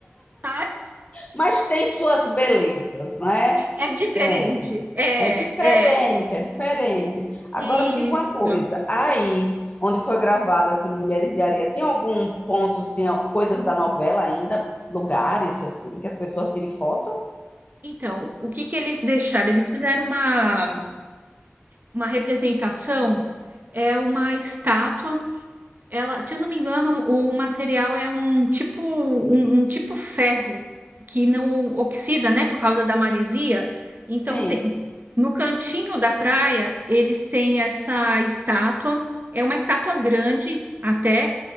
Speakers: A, on the right (about 45°); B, on the left (about 35°).
A: Tá?
B: mas tem suas belezas, né?
A: É diferente.
B: Tem.
A: É,
B: É diferente,
A: é.
B: é diferente. Agora
A: Isso.
B: me diga uma coisa, aí onde foi gravada assim, Mulheres de Areia, tem algum ponto, assim, ó, coisas da novela ainda, lugares assim, que as pessoas tirem foto?
A: Então, o que que eles deixaram? Eles fizeram uma, uma representação, é uma estátua Ela, se eu não me engano, o material é um tipo um, um tipo ferro que não oxida, né, por causa da maresia. Então
B: Sim.
A: tem, no cantinho da praia eles têm essa estátua. É uma estátua grande até